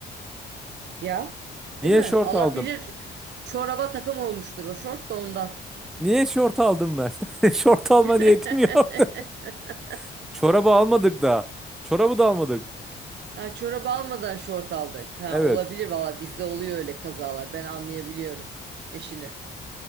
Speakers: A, on the right; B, in the centre.
A: Ya,
B: Niye
A: değil mi?
B: şort
A: Allah
B: aldım?
A: bilir çoraba takım olmuştur o şort da ondan.
B: Niye şort aldım ben? <laughs> Şort alma
A: <laughs>
B: niyetim yok. <laughs> Çorabı almadık daha. Çorabı da almadık.
A: Ha, çorap almadan şort aldık. Ha,
B: Evet.
A: olabilir valla bizde oluyor öyle kazalar. Ben anlayabiliyorum eşini.